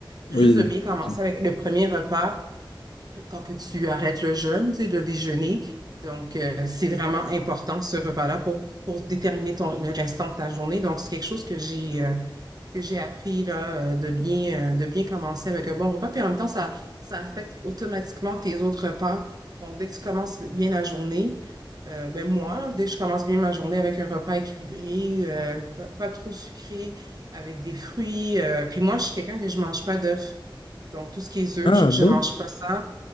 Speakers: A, on the left (about 80°); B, on the right (about 50°).
A: Oui.
B: juste de bien commencer
A: ok.
B: avec le premier repas tant que tu arrêtes le jeûne, tu sais, de déjeuner. Donc, euh, c'est vraiment important ce repas-là pour, pour déterminer ton, le restant de ta journée. Donc, c'est quelque chose que j'ai euh, que j'ai appris là, euh, de bien, euh, de bien commencer avec un bon repas. Puis en même temps, ça, ça affecte automatiquement tes autres repas. Donc, dès que tu commences bien la journée, euh, ben moi, là, dès que je commence bien ma journée avec un repas équilibré, euh, pas, pas trop sucré, avec des fruits. euh, puis moi, je suis quelqu'un que je mange pas d'œufs. Donc, tout ce qui est œufs,
A: Ah,
B: je, je
A: bon?
B: mange pas ça.